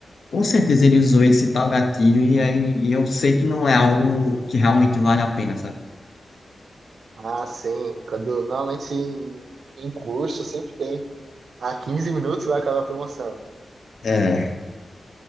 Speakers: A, on the left; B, on the right.
A: Com certeza ele usou esse tal gatilho e aí e eu sei que não é algo que realmente vale a pena, sabe?
B: Ah, sim. Quando, normalmente em, em curso sempre tem. Ah, 15 minutos vai acabar a promoção.
A: É,